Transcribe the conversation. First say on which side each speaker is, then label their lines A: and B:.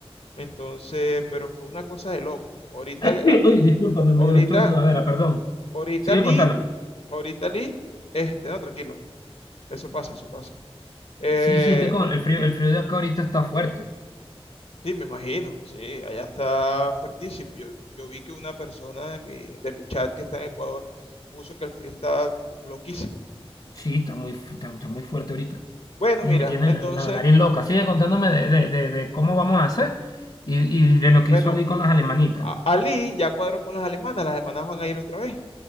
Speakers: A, on the left; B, on the left.
A: Entonces, pero fue una cosa de loco. Ahorita,
B: Uy,
A: a-
B: uy, discúlpame, me
A: ahorita,
B: dio estornudadera, perdón.
A: ahorita
B: Sigue
A: Lee,
B: contándome.
A: ahorita Lee, este, no, tranquilo, eso pasa, eso pasa. Eh,
B: Sí, sí, es que con el frío, el frío de acá ahorita está fuerte.
A: sí, me imagino, sí, allá está fuertísimo. Yo, yo vi que una persona de mi, de mi chat que está en Ecuador puso que el frío está loquísimo.
B: Sí, está muy, fu- está, está muy fuerte ahorita.
A: Bueno,
B: Y
A: mira,
B: me tiene
A: entonces,
B: la, la nariz loca. Sigue contándome de, de, de, de cómo vamos a hacer y, y de lo que
A: bueno,
B: hizo Ali con las alemanitas.
A: A- Ali ya cuadró con las alemanas, las alemanas van a ir otra vez,